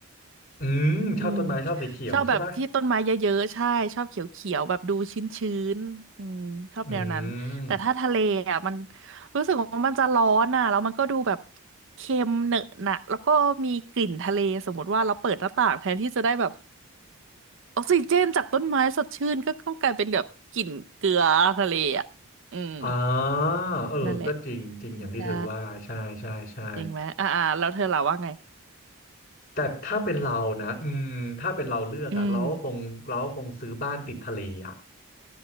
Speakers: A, on the left; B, on the right.
A: อืมชอบต้นไม้ชอบสีเขียวใช่ป่ะ
B: อืมชอบแบบที่ต้นไม้เยอะๆใช่ชอบเขียวๆแบบดูชื้นๆอืมชอบแนวนั้นแต่ถ้าทะเลอ่ะมัน
A: อืม
B: รู้สึกว่ามันจะร้อนอ่ะแล้วมันก็ดูแบบเค็มเหนอะหนะแล้วก็มีกลิ่นทะเลสมมติว่าเราเปิดหน้าต่างแทนที่จะได้แบบออกซิเจนจากต้นไม้สดชื่นก็ก็กลายเป็นแบบกลิ่นเกลือทะเลอ่ะอืม
A: อ่าเออก็จริงจริงอย่างที่เธอว่าใช่ใช่ใช่
B: นั่นแหละใช่ จริงไหมอ่าอ่าแล้วเธอล่ะว่าไง
A: แต่ถ้าเป็นเรานะอืมถ้าเป็นเราเลือกอะเราก็คงเราก็คงซื้อบ้านติดทะเลอะ
B: อืม